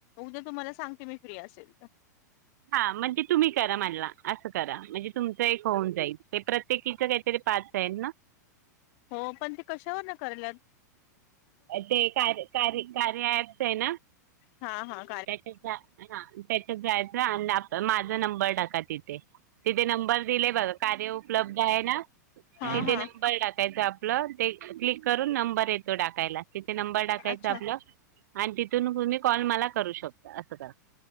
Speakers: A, on the left; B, on the right.
A: उद्या तुम्हाला सांगते मी फ्री असेल तर.
B: हा म्हणजे तुम्ही करा मला असं करा म्हणजे. तुमचं एक होऊन जाईल ते प्रत्येकीच्या काहीतरी पाच आहेत ना?
A: हो पण ते कशावर ना करायल्यात?
B: ते कार कार कार्य ऍप्स आहे ना?
A: हां हां
B: त्याच्या हा त्याच्यात जायचं आणि माझा नंबर टाकायचा. तिथे तिथे नंबर दिलेय बघा कार्य उपलब्ध आहे ना,
A: हा
B: तिथे
A: हा
B: नंबर टाकायचा आपलं ते क्लिक करून नंबर येत येतो टाकायला तिथे नंबर टाकायचा
A: अच्छा
B: आपला आणि तिथून तुम्ही कॉल मला करू शकतो असं करा.